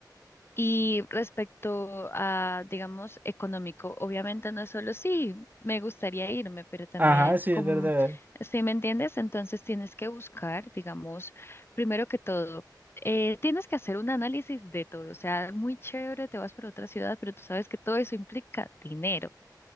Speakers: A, on the left; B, on the right.
A: Y respecto a, digamos, económico, obviamente no es solo sí, me gustaría irme, pero también,
B: ajá, sí,
A: como,
B: es verdad.
A: si me entiendes, entonces tienes que buscar, digamos, primero que todo, eh, tienes que hacer un análisis de todo. O sea, muy chévere, te vas para otra ciudad, pero tú sabes que todo eso implica dinero.